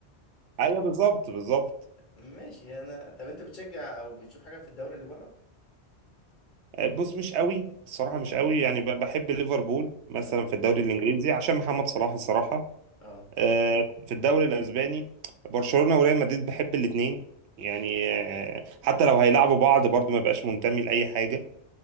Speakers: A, on the right; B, on the left.
A: ايوه بالظبط بالظبط
B: ماشي انا طب انت بتشجع او بتشوف حاجه في الدوري اللي بره
A: آه، بص مش قوي الصراحه مش قوي يعني ب- بحب ليفربول مثلا
B: امم
A: في الدوري الانجليزي عشان محمد صلاح الصراحه
B: اه
A: آه، في الدوري الاسباني برشلونه وريال مدريد بحب الاثنين يعني آه، حتى لو هيلعبوا بعض برضه ما بقاش منتمي لاي حاجه
B: مم.